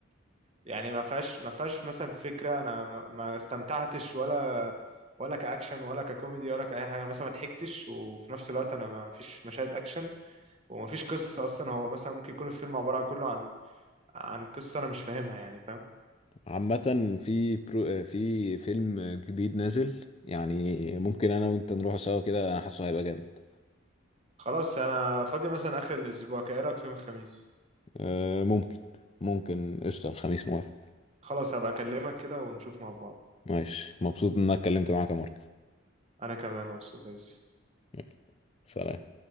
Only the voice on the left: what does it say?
عامه في برو في فيلم جديد نازل يعني ممكن انا وانت نروح سوا كده انا حاسه هيبقى جامد
أه، ممكن ممكن قشطه الخميس موافق
ماشي مبسوط ان انا اتكلمت معاك يا مارك
يلا، سلام